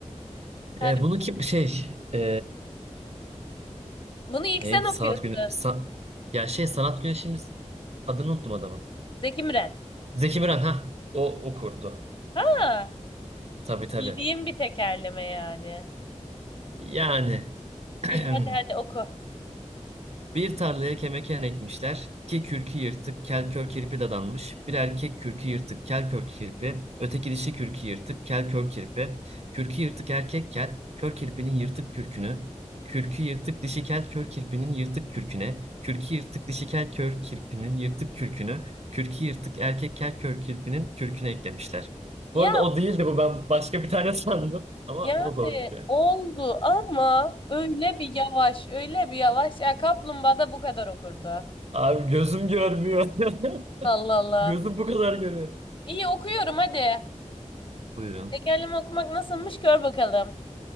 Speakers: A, on the left; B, on the right.
A: Hadi.
B: Ee, bunu
A: bak-
B: kim şey e,
A: Bunu ilk
B: Neydi
A: sen okuyorsun.
B: sanat günü? sa- ya şey sanat güneşimiz adını unuttum adamın.
A: Zeki Müren.
B: Zeki Müren ha o okurdu.
A: Ha,
B: Tabii tabii.
A: bildiğim bir tekerleme yani.
B: Yani <clears throat>
A: İyi hadi hadi oku.
B: Bir tarlaya kemeken ekmişler. İki kürkü yırtık kel kör kirpi dadanmış. Bir erkek kürkü yırtık kel kör kirpi. Öteki dişi kürkü yırtık kel kör kirpi. Kürkü yırtık erkek kel. Kör kirpinin yırtık kürkünü. Kürkü yırtık dişi kel kör kirpinin yırtık kürküne. Kürkü yırtık dişi kel kör kirpinin yırtık kürkünü. Kürkü yırtık erkek kel kör kirpinin kürküne eklemişler.
A: Ya
B: Bu arada o değildi bu. Ben başka bir tane <laughs> sandım. Ama
A: Yani
B: bu da zormuş yani.
A: oldu ama öyle bir yavaş, öyle bir yavaş. Ya kaplumbağa da bu kadar okurdu.
B: Abi gözüm görmüyor. <laughs>
A: Allah Allah.
B: Gözüm bu kadar görüyor.
A: İyi okuyorum hadi.
B: Buyurun.
A: Tekerleme okumak nasılmış gör bakalım.